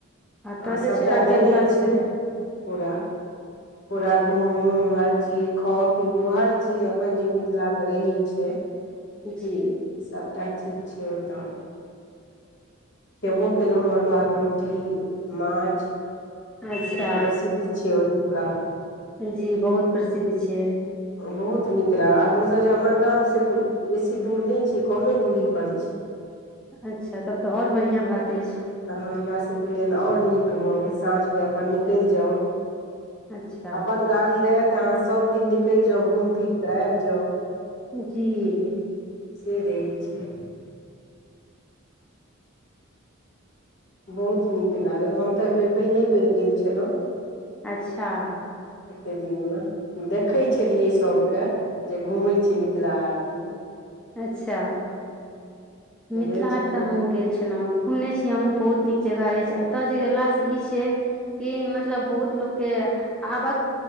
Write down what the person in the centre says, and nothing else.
एतय
जे
छै ने
गेलासँ
जी
अच्छा
जी बहुत प्रसिद्ध छै
अच्छा तब तऽ और बढ़िआँ बात अछि
अच्छा
जी
अच्छा
अच्छा मिथिला
हाट
तऽ हमहु गेल छल केना घुमने छी हमहु बहुत नीक जगह अछि एतए जे गेला से ई छै कि मतलब बहुत लोगके आबक